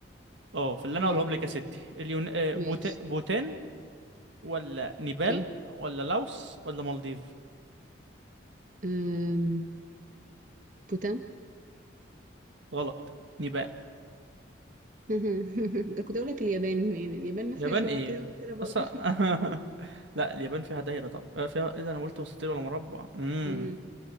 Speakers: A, on the right; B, on the right.
A: اه في اللي انا
B: آه،
A: اقولهم لك يا ستي اليون... أه،
B: ماشي
A: بوت... بوتان ولا نيبال
B: اوكي
A: ولا لاوس ولا مالديف
B: أم، بوتان
A: غلط نيبال
B: <laughs> ده كنت اقول لك اليابان يعني اليابان ما فيهاش
A: يابان
B: ولا
A: ايه
B: كده ولا كده برضه
A: اصلا
B: <laughs>
A: <laughs> لا اليابان فيها دايرة طب أه، فيها ايه ده انا قلت مستطيل ولا مربع امم
B: امم